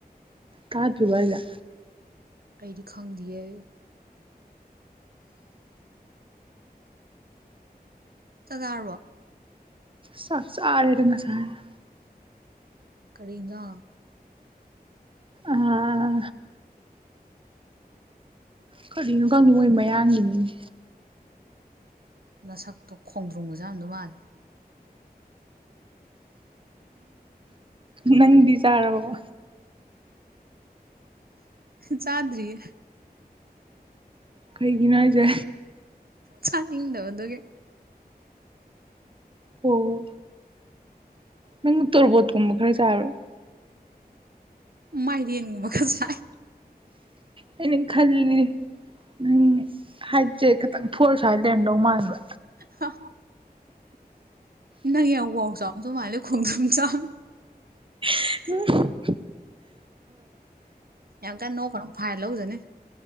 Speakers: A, on the right; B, on the right.
A: ꯀꯥꯖꯕꯖ
B: ꯑꯩꯗꯤ ꯈꯪꯗꯌꯦ ꯆꯥꯆꯥꯔꯕꯣ
A: ꯁꯥꯛ ꯆꯥꯔꯦ ꯗꯥ ꯉꯁꯥꯏꯅ
B: ꯀꯔꯤꯗꯣ
A: ꯑꯥ ꯀꯔꯤꯅꯣ ꯈꯪꯗꯦ ꯉꯣꯏ ꯃꯌꯥꯡꯒꯤꯅꯤꯅꯦ
B: ꯅꯁꯛꯇꯣ ꯈꯣꯡꯗ꯭ꯔꯨꯡꯒꯖꯥꯝꯗꯣ ꯃꯥꯜꯂꯦ
A: ꯅꯪꯗꯤꯖꯥꯔꯕꯣ
B: ꯆꯥꯗꯔꯤꯌꯦ
A: ꯀꯩꯒꯤꯅꯣ ꯍꯥꯏꯁꯦ
B: ꯆꯥꯅꯤꯪꯗꯕ ꯁꯨꯒꯤ
A: ꯑꯣ ꯅꯪ ꯇꯣꯔꯕꯣꯠꯀꯨꯝꯕ ꯈꯔ ꯆꯔꯣ
B: ꯃꯥꯏꯗꯤꯟ ꯃꯈ ꯀꯁꯥꯏ
A: ꯑꯩꯅ ꯈꯜꯂꯤ ꯅꯪ ꯍꯥꯏꯁꯦ ꯈꯤꯇꯪ ꯊꯣꯔꯁꯨ ꯍꯥꯏꯗꯔꯝꯗꯧ ꯃꯥꯟꯕ
B: ꯍ ꯅ ꯌꯥ ꯑꯥꯎꯁ ꯑꯁꯨꯧ ꯃꯥꯂꯦ ꯈꯣꯡ ꯊ ꯆ
A: ꯎꯝ
B: ꯌꯥꯝ ꯀ ꯅꯣ ꯀꯩꯅꯣ ꯐꯥꯏꯜ ꯂꯧꯖꯅꯤ